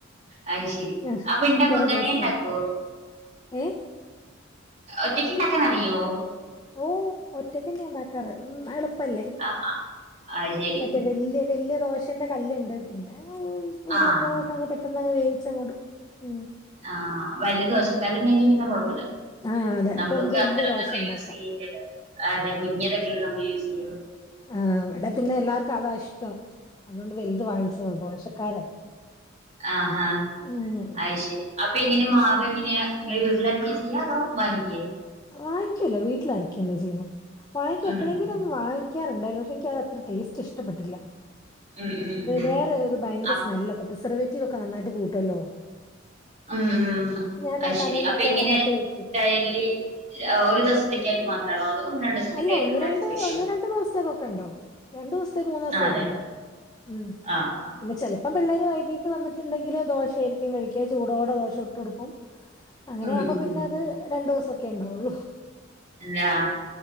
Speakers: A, on the right (about 35°); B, on the left (about 20°).
A: അത് ശരി
B: ആഹ്
A: അപ്പൊ ഇണ്ടാക്കോ
B: കൊറെ
A: തനിയെ
B: ദുവസായി
A: ഇണ്ടാക്കോ
B: എഹ്?
A: ഒറ്റക്കിണ്ടാക്കാനറിയോ?
B: ഓ ഒറ്റക്കന്നെയാ ഇണ്ടാക്കാറ് ഉം എളുപ്പല്ലേ?
A: ആ ആ അത് ശരി
B: മറ്റെ വല്ല്യ വല്ല്യ ദോശ അഛന്റെ കല്ല്ണ്ട് പിന്നെ ഉരുളക്കൊക്കെ
A: ആഹ്
B: അങ്ങ് പെട്ടെന്ന്ങ്ങ് വേവിച്ച കൂടും ഉ
A: ആഹ് വലിയ ദോശക്കല്ല് ഉണ്ടെങ്കി പിന്നെ കൊഴപ്പമില്ല
B: ആ അതെ
A: നമ്മൾക്ക്
B: അപ്പൊ നമുക്ക് വലിയ
A: അത്ര
B: ദോശ
A: നല്ല
B: ഉണ്ടാക്കാം
A: യൂസ് ചെയ്യല്ലല്ലോ അതെ കുഞ്ഞതൊക്കെല്ലോ നമ്മള് യൂസ് ചെയ്യ
B: ആഹ് വിടെ പിന്നെ എല്ലാർക്കും അതാ ഇഷ്ടം അതുകൊണ്ട് വലുത് വാങ്ങിച്ചത് ദോശക്കാരല്ല
A: ആഹ് ആഹ്
B: ഉം.
A: അത് ശരി അപ്പൊ എങ്ങനെ മാവ് എങ്ങനെയാ ഇങ്ങെ വീട്ടിലരക്ക ചെയ്യാ അതോ വാങ്ങിക്കോ
B: വാങ്ങിക്കല്ല വീട്ടിലരക്ക ചെയ്യുന്നേ, വാങ്ങിക്ക
A: ഉം
B: എപ്പോഴെങ്കിലും
A: ഉം
B: വാ വാങ്ങിക്കാറുണ്ടായിരുന്നു, പക്ഷെ എനിക്കത്ര ടേസ്റ്റ് ഇഷ്ടപ്പെട്ടില്ല
A: ഉം ഉം ഉം ഉം
B: വേറെ ഭയങ്കര
A: അപ്
B: സ്മെല്ല് പ്രസർവേറ്റീവ് ഒക്കെ നന്നായിട്ട് കൂട്ടുമല്ലോ
A: ഉം
B: ഞാൻ
A: അത്
B: ആ
A: ശരി
B: തലേന്നൊക്കെ
A: അപ്പൊ എങ്ങനെ
B: ആട്ടി വെക്കും
A: ഡയ്ലി ഒരു ദിവസത്തേക്കായിട്ട്റ്റ് മാത്രമാണോ അതോ രണ്ട് ദിവസത്തേക്ക്
B: അല്ല
A: ഗ്രൈൻഡറിൽ
B: ഒന്ന് രണ്ട്
A: അരച്ച് വെക്കോ
B: ഒന്ന് രണ്ട് ദിവസത്തേക്കൊക്കെ ഉണ്ടാവും രണ്ടു ദിവസത്തേ മൂന്നു ദിവസത്തേ
A: ആ അതെ
B: ഒക്കെ
A: അതെ
B: ഉണ്ടാവും ഉം,
A: ആഹ്
B: പിന്നെ ച അപ്പ പിള്ളേർ വൈകീട്ട് വന്നിട്ടുണ്ടെങ്കില് ദോശയായിരിക്കും കഴിക്കാ ചൂടോടെ ദോശ ചുട്ട് കൊടുക്കും അങ്ങനെയ
A: ഉം
B: ആകുമ്പോ
A: ഉം
B: പിന്നെ അത് രണ്ടു ദിവസം ഒക്കെ ഉണ്ടാവുള്ളു
A: എല്ലാ